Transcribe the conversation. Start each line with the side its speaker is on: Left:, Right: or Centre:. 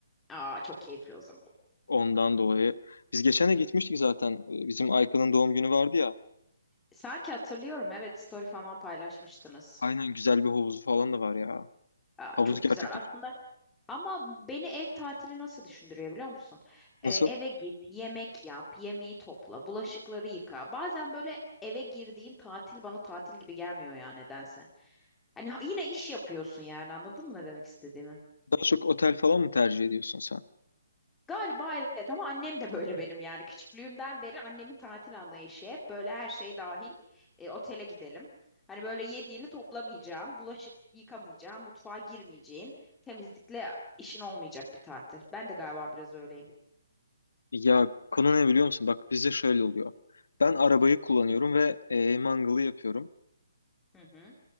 Centre: Aa çok keyifli o zaman.
Left: ondan dolayı. Biz geçen de gitmiştik zaten E, bizim Aykan'ın doğum günü vardı ya.
Centre: Sanki hatırlıyorum evet story falan paylaşmıştınız.
Left: Aynen güzel bir havuzu falan da var ya.
Centre: Aa,
Left: Havuz
Centre: çok
Left: gerçekten
Centre: güzel aslında.
Left: çok.
Centre: Ama beni ev tatili nasıl düşündürüyor biliyor musun?
Left: Nasıl?
Centre: Ee, eve git, yemek yap, yemeği topla, bulaşıkları yıka. Bazen böyle eve girdiğin tatil bana tatil gibi gelmiyor ya nedense. Hani yine iş yapıyorsun yani anladın mı ne demek istediğimi?
Left: Daha çok otel falan mı tercih ediyorsun sen?
Centre: Galiba evet ama annem de böyle benim yani küçüklüğümden beri annemin tatil anlayışı hep böyle her şey dahil e, otele gidelim. Hani böyle yediğini toplamayacağın, bulaşık yıkamayacağın, mutfağa girmeyeceğin, temizlikle işin olmayacak bir tatil. Ben de galiba biraz öyleyim.
Left: Ya konu ne biliyor musun? Bak bizde şöyle oluyor. Ben arabayı kullanıyorum ve e, mangalı yapıyorum.
Centre: Hı hı.